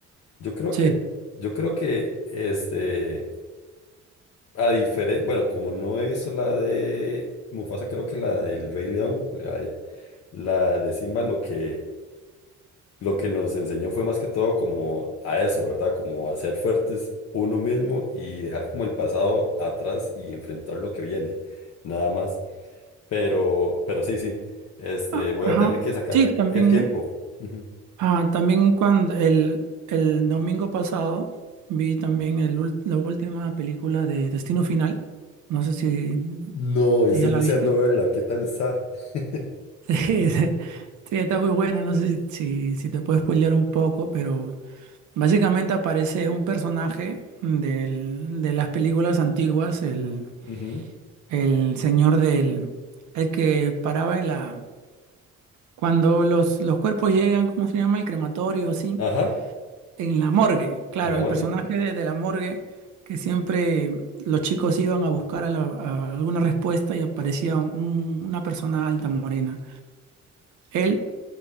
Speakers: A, on the left; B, on the right.
A: Yo creo
B: Sí.
A: que, yo creo que este, a diferencia, bueno, como no he visto la de Mufasa, creo que la del Rey León, la de, la de Simba, lo que lo que nos enseñó fue más que todo como a eso, ¿verdad? Como a ser fuertes uno mismo y dejar como el pasado atrás y enfrentar lo que viene, nada más. Pero, pero sí, sí, este,
B: Ah,
A: voy
B: Ajá.
A: a tener que sacar
B: Sí, también.
A: el tiempo. Ujú.
B: Ah, también cuando el, el domingo pasado vi también el, ul- la última película de Destino Final. No sé si
A: No, estoy
B: si ya
A: deseando
B: la viste.
A: verla,
B: <laughs>
A: ¿qué tal está? <laughs>
B: Sí, sí, sí, está muy buena. No sé si, si te puedo spoilear un poco, pero básicamente aparece un personaje del- de las películas antiguas, el,
A: Ujú.
B: el señor del, el que paraba en la, cuando los, los cuerpos llegan, ¿cómo se llama? El crematorio, así.
A: Ajá,
B: En la morgue, claro,
A: en la
B: el
A: morgue.
B: personaje de, de la morgue, que siempre los chicos iban a buscar a la- a alguna respuesta y aparecía un- una persona alta morena. Él